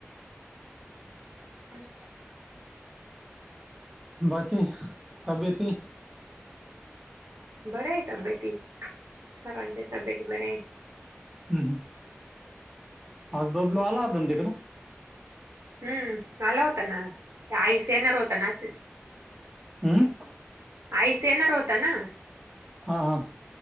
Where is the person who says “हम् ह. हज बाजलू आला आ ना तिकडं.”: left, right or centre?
Centre